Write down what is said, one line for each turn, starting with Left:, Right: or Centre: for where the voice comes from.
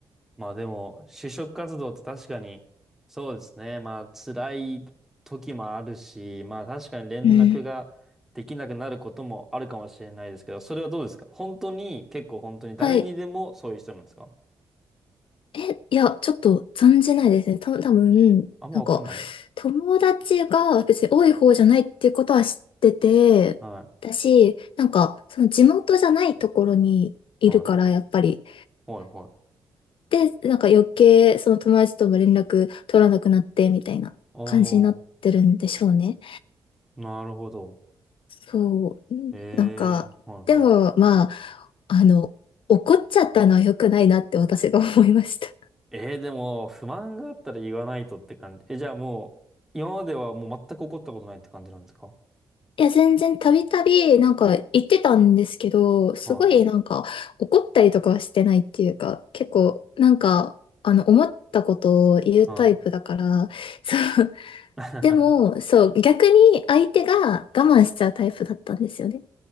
Centre: まあでも、就職活動って確かに、そうですね。まあ辛い時もあるし、まあ確かに連絡ができなくなることもあるかもしれないですけど、
Left: うん。
Centre: それはどうですか本当に、結構本当に誰にでもそういう人なんですか
Left: はい。え、いや、ちょっと存じないですね。た、多分、
Centre: あんまわかんない。
Left: なんか、友達が別に多い方じゃないっていうことは知ってて、
Centre: はい。
Left: だし、なんか、その地元じゃないところにいるから、
Centre: はい。
Left: やっぱり。
Centre: はい。はい。
Left: で、なんか余計、その友達とも連絡取らなくなって、みたいな感じになってるんでしょうね。
Centre: ああ、なるほど。
Left: そう、うんなんか、
Centre: ええ、はいはい。
Left: でも、まあ、あの、怒っちゃったのは良くないなって私が思いました。
Centre: ええ、でも、不満があったら言わないとって感じ。え、じゃあもう、今まではもう全く怒ったことないって感じなんですか
Left: いや、全然たびたび、なんか言ってたんですけど、すごいなんか怒ったりとかはしてないっていうか、
Centre: は
Left: 結構なんか、あの、思ったことを言うタイプだから、
Centre: い。はい。
Left: そう。
Centre: <laughs>
Left: でも、そう、逆に相手が我慢しちゃうタイプだったんですよね。